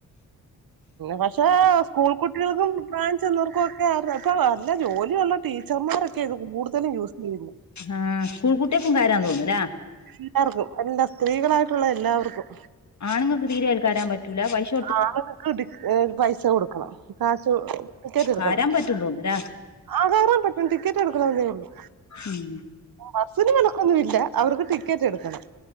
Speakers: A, on the right; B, on the left.
A: പക്ഷെ സ്കൂൾ കുട്ടികൾക്കും പ്രായം ചെന്നവർക്കും ഒക്കെ ആ രസവാ അല്ല ജോലി ഒള്ള ടീച്ചർമാരൊക്കെ ഇത് കൂട്തലും യൂസെയ്യ്ന്നെ
B: ആഹ് സ്കൂൾ കുട്ട്യേക്കും കയരാന്ന് തോന്ന്ലാ
A: എല്ലാർക്കും എല്ലാ സ്ത്രീകളായിട്ടുള്ള എല്ലാവർക്കും
B: ആണ്ങ്ങക്ക് തീരെ അയ്ല് കയരാൻ പറ്റൂലാ പൈഷ്
A: ആണ്ങ്ങക്ക് ടി ഏഹ് പൈസ കൊട്ക്കണം കാശ് ടിക്കെറ്റ്ട്ക്കണം
B: കാരാൻ പറ്റും തോന്നുല്ലേ
A: ആഹ് കയറാൻ പറ്റും ടിക്കറ്റ് എടുക്കണംന്നേ ഒള്ളു
B: ഉം
A: ബസ്സിന് കണക്കൊന്നും ഇല്ല അവർക്ക് ടിക്കറ്റ് എടുക്കണം